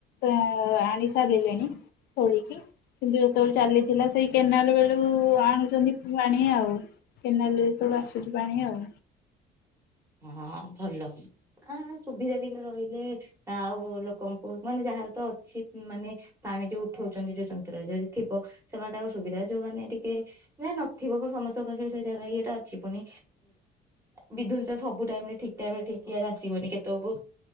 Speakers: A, on the left; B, on the right.
A: ଆଣି ସାରିଲେଣି ତୋଳିକି କିନ୍ତୁ ଯେତେବେଳେ ଚାଲି ଥିଲା ସେଇ କେନାଲ ବେଳୁ ଆଣୁଛନ୍ତି ପାଣି ଆଉ କେନାଲ ଯେତେ ବେଳେ ଆସୁଛି। ଏଠି ପାଣି ଆଉ।
B: ହଁ ଭଲ ଆ ସୁବିଧା ଟିକେ ରହିଲେ ଆଉ ଲୋକଙ୍କୁ ମାନେ ଯାହାର ତ ଅଛି ମାନେ ପାଣି ଯୋଉ ଉଠଉଛନ୍ତି ଯୋଉ ଯନ୍ତ୍ର ଯଦି ଥିବ ସେମାନେ ତାଙ୍କ ସୁବିଧା ଯୋଉମାନୋନ ଟିକେ ଯ ନଥିବ ସମସ୍ତଙ୍କ ପାଖରେ ସେ ଜାଗା ଇଏଟା ଅଛି ପୁଣି ବିଦ୍ୟୁତ ସବୁ ଟାଇମ ରେ ଠିକ ଟାଇମ ରେ ଠିକ ଇରେ ଆସିବନି କେତେକୁ